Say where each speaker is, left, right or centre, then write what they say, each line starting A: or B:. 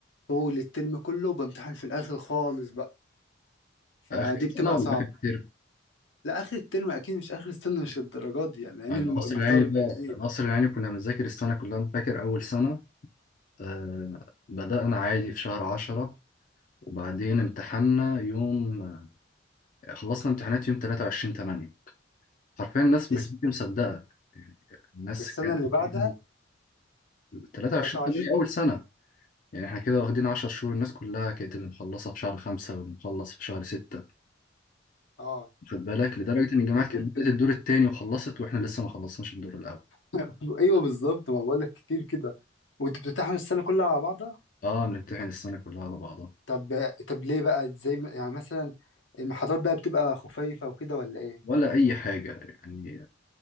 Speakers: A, on the left; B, on the left.
A: طول الترم كله وبامتحن في الاخر خالص بقى فدي
B: في اخر السنه
A: بتبقى
B: ولا
A: صعب
B: اخر الترم
A: لا اخر الترم اكيد مش اخر السنه مش الدرجات دي يعني لان
B: القصر
A: الم- المحتوى
B: العيني
A: بيبقى
B: بقى
A: كبير
B: القصر العيني كنا بنذاكر السنة كلها أنا فاكر أول سنة آه بدأنا عادي في شهر عشرة وبعدين امتحنا يوم آه، خلصنا امتحانات يوم تلاتة وعشرين تمانية حرفيا الناس
A: اس-
B: ما كانتش مصدقة يعني الناس
A: السنه
B: كانت
A: اللي
B: بتقول
A: بعدها
B: تلاتة وعشرين
A: 23
B: تمانية أول سنة يعني احنا كده واخدين عشر شهور الناس كلها كانت اللي مخلصة في شهر خمسة واللي مخلص في شهر ستة
A: اه
B: خد بالك لدرجة إن الجامعات
A: كتير
B: كانت
A: كده
B: بدأت الدور التاني وخلصت وإحنا لسه ما خلصناش الدور الأول
A: <laughs> ايوه بالظبط ما بقول لك كتير كده وانت بتمتحن السنه كلها على بعضها
B: اه بنمتحن السنة كلها على بعضها
A: طب طب ليه بقى زي ما- يعني مثلا المحاضرات بقى بتبقى خفيفه وكده ولا ايه
B: ولا أي حاجة يعني